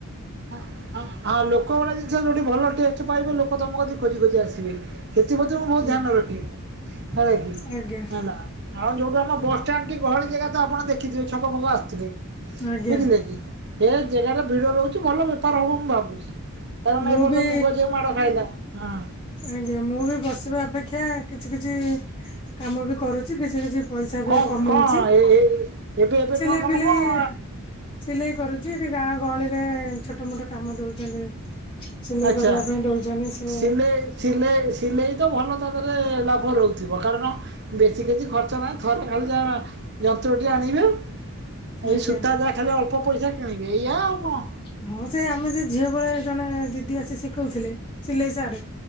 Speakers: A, on the right; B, on the left.
A: ଆଁ ଲୋକ ଗୋଟା ଜିନିଷ ଯୋଉଠି ଭଲ ଟେଷ୍ଟ ପାଇବେ ଲୋକ ତମ କତିକି ଖୋଜି ଖୋଜି ଆସିବେ। ସେଥିପ୍ରତି ମୁଁ
B: ଆଜ୍ଞା
A: ବହୁତ ଧ୍ୟାନ ରଖିବି ହେଲା କି
B: ଆଜ୍ଞା
A: ହେଲା। ଆଉ ଯୋଉଠୁ ଆମ ବସ ଷ୍ଟାଣ୍ଡ ଟି ଗହଳି ଜାଗା ତ ଆପଣ ଦେଖିଥିବେ ଛକ ଫକ ଆସୁଥିଲେ।
B: ଆଜ୍ଞା
A: ବୁଝିଲେ କି। ସେ ଜାଗାରେ ଭିଡ ରହୁଛି ଭଲ ବେପାର ହବ ମୁଁ ଭାବୁଛି। କାରଣ
B: ମୁଁ
A: ଏ ବର୍ଷ
B: ବି
A: ମୁଗ ଯେ ମାଡ ଖାଇଲା। ହଁ,
B: ଆଜ୍ଞା! ମୁଁ ବି ବସିବା ଅପେକ୍ଷା କିଛି କିଛି କାମ ବି କରୁଛି କିଛି କିଛି ପଇସା ବି
A: କଣ
B: କମଉଛି
A: କଣ ଏ ଏ ଏବେ ଏବେ
B: ସିଲେଇ
A: ନୂଆ କାମ
B: ଫିଲେଇ
A: କଣ
B: ସିଲେଇ କରୁଛି ଏଠି ଗାଁ ଗହଳିରେ ଛୋଟ ମୋଟ କାମ ଦଉଛନ୍ତି। ସିଲେଇ
A: ଆଛା!
B: କରିବା ପାଇଁ ଦଉଛନ୍ତି ସେ
A: ସିଲେଇ ସିଲେଇ ସିଲେଇ ତ ଭଲ ତା ଧିଅରେ ଲାଭ ରହୁଥିବ କାରଣ ବେଶୀ କିଛି ଖର୍ଚ୍ଚ ନାହିଁ ଥରେ ଖାଲି ଯାହା ଯନ୍ତ୍ରଟି ଆଣିବେ। ଏଇ
B: ଆଜ୍ଞା।
A: ସୂତା ଯାହା ଖାଲି ଅଳ୍ପ ପଇସା କିଣିବେ। ଏଇଆା ଆଉ କଣ?
B: ହଁ, ସେ ଆମେ ସେ ଝିଅ ବେଳେ ଜଣେ ଦିଦି ଆସି ଶିଖଉଥିଲେ ସିଲେଇ ସାର୍।